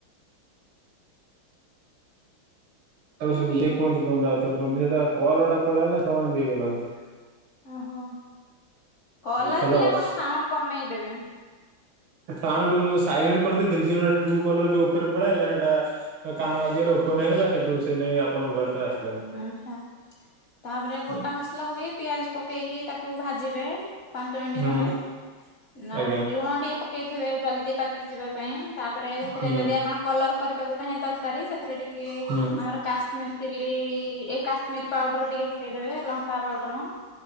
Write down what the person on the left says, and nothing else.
ଓହୋ। କଲ୍
ଆସିଲେ ଆପଣ ସାଉଣ୍ଡ କମେଇ ଦେବେ।
ଆଛା ତାପରେ ଗୋଟା
ମସଲା ପକେଇକି ପିଆଜ ପକେଇକି ତାକୁ କୁ ଭାଜିବେ ପାଞ୍ଚ ମିନିଟ୍
ଖଣ୍ଡେ ନା
ଲୁଣ ଟିକେ ପକେଇଥିବେ ଜଲଦି ପାଚିଯିବା ପାଇଁ ତାପରେ ସେଥିରେ
ଯଦି ଆପଣ କଲର କରିବାକୁ ଯଁ ଦରକାରୀ ସେଥିରେ ଟିକେ
ଆମର କାଶ୍ମୀର ଚିଲି ଏଇ ଏ କାଶ୍ମୀର ପାଉଡର ଟିକେ ପକେଇଦେବେ ଲଙ୍କା ପାଉଡର।